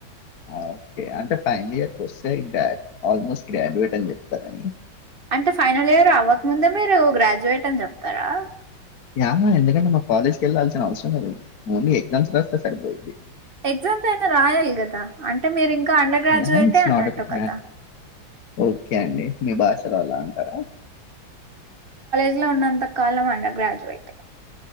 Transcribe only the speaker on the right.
అంటే ఫైనల్ ఇయర్ అవ్వక ముందు మీరు గ్రాడ్యుయేట్ అని చెప్పారు తరా
ఎగ్జామ్స్ అయినా రాయాలి కదా అంటే మీర్ ఇంక్ కా అండర్ గ్రాడ్యుజు
అయితే
అన్నట్టు
కదా
ఇంట్లో ఉన్నంత కాలం అండర్ గ్రాడ్యుయేట్